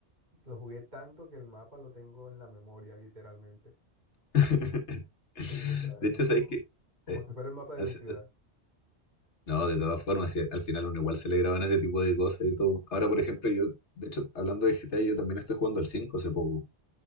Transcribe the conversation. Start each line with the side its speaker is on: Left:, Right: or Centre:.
Right: lo jugué tanto que el mapa lo tengo en la memoria, literalmente.
Left: <laughs>
Right: Sí, o sea,
Left: De
Right: yo,
Left: hecho, ¿sabes qué?
Right: como
Left: Eh,
Right: si fuera el mapa de
Left: hace-
Right: mi ciudad.
Left: eh, no, de todas formas, sí, al final uno igual se le graban ese tipo de cosas y todo. Ahora, por ejemplo, yo, de hecho, hablando de GTA, yo también estoy jugando el 5 hace poco.